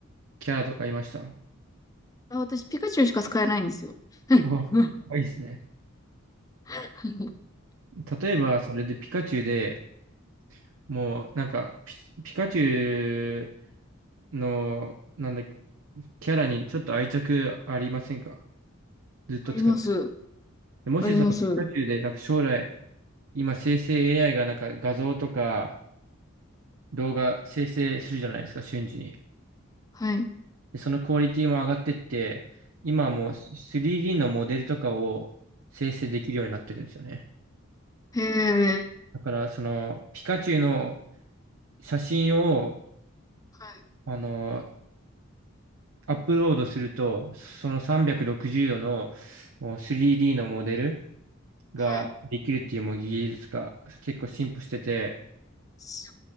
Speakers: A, on the right; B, on the left.
A: キャラとかいました
B: あ、私、ピカチュウしか使えないんですよ。はい。
A: お、かわいいですね。
B: うん <laughs>
A: 例えば、それでピカチュウで、もう、なんかピ、ピカチュウの、なんだっけ、キャラにちょっと愛着ありませんかずっと使って。
B: あります。
A: もしそのピカチュウで、
B: あります。はい。
A: なんか将来、今生成 AI がなんか画像とか動画生成するじゃないですか、瞬時に。
B: はい
A: で、そのクオリティも上がってって、今はもう 3D のモデルとかを生成できるようになってるんですよね。
B: へえ。
A: だから、その、ピカチュウの写真を、
B: はい、
A: あの、アップロードすると、その360度のもう 3D のモデルができるっていうもう技術が結構進歩してて、
B: はい、す